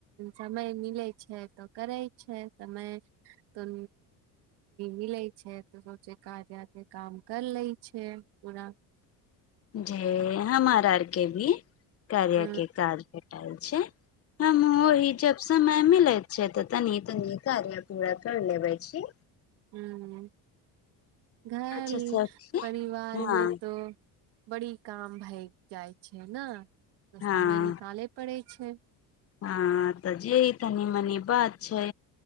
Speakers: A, on the right (about 75°); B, on the left (about 35°).
A: समय मिलै छै तऽ करे समय त मिलैय छै त कार्या के काज काम काम कर लै छै पूरा
B: <inaudible> जे हमार आरके भी कार्या
A: ह
B: के काज भेटय छै हम ओहि जब समय मिलत छै तऽ तनि तनी कार्य पूरा कर लेबै छै
A: हुँ घर
B: अच्छा सखी
A: परिवारमे
B: हँ
A: तो बड़ी काम भैय जाइ छै ने तऽ
B: हँ
A: समय निकालय पड़ै छै
B: हँ तऽ जे ई तनी मनी बात छै